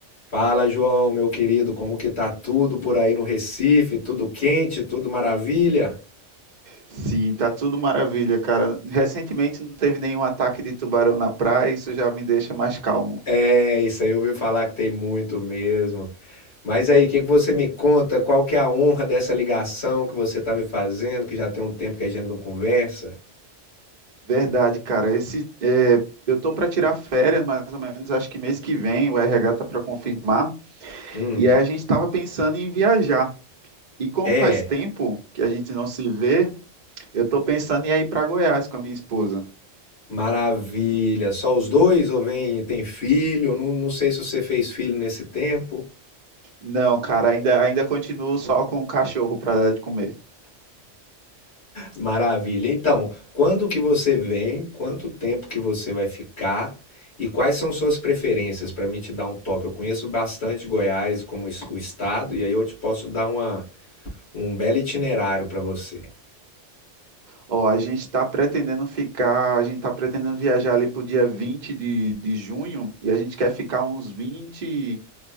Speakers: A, on the left; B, on the right.
A: Fala, João, meu querido, como que tá tudo por aí no Recife? Tudo quente, tudo maravilha?
B: Sim, tá tudo maravilha, cara. Recentemente não teve nenhum ataque de tubarão na praia, isso já me deixa mais calmo.
A: É, isso aí eu ouvi falar que tem muito mesmo. Mas aí, o que que você me conta? Qual que é a honra dessa ligação que você tá me fazendo, que já tem um tempo que a gente não conversa?
B: Verdade, cara. Esse, é, eu tô para tirar férias, mais ou menos, acho que mês que vem, o RH tá para confirmar.
A: Hum,
B: E aí a gente tava pensando em viajar. E como
A: é,
B: faz tempo que a gente não se vê, eu tô pensando em ir para Goiás com a minha esposa.
A: maravilha. Só os dois ou vem, tem filho? Eu Não, não sei se você fez filho nesse tempo.
B: Não, cara, ainda ainda continuo só com o cachorro para dar de comer.
A: Maravilha. Então, quando que você vem? Quanto tempo que você vai ficar? E quais são suas preferências para me te dar um toque? Eu conheço bastante Goiás como es- o estado e aí eu te posso dar uma, um belo itinerário para você.
B: Ó, a gente está pretendendo ficar, a gente está pretendendo viajar ali pro dia 20 de, de junho e a gente quer ficar uns vinte